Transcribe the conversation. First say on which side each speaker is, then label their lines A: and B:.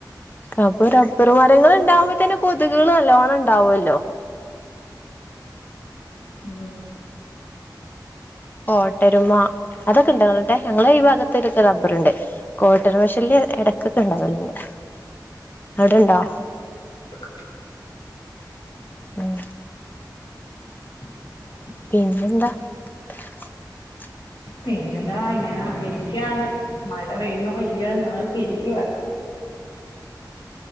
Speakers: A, on the left; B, on the left.
A: അപ്പൊ റബ്ബർ മരങ്ങൾ ഇണ്ടാവുമ്പോ തന്നെ കൊതുകുകളും നല്ലോണം ഇണ്ടാവുല്ലോ?
B: ഉ
A: കോട്ടെരുമ അതൊക്കെ ഇണ്ട്. നിങ്ങളേടെ ഞങ്ങളെ ഈ ഭാഗത്തോക്കെ റബ്ബർ ഇണ്ട്. കോട്ടെരുമ ശല്യം ഇടക്കൊക്കെ ഇണ്ടാവൽണ്ട് അവിടെണ്ടോ?
B: <unintelligible>
A: ഉം
B: <unintelligible>
A: പിന്നെന്താ? <unintelligible>
B: പിന്നെന്താ ഇങ്ങനെ ഇരിക്കാണ് മഴ പെയ്യുന്നോ ഇല്ലിയോ നോക്കി ഇരിക്കുവാ.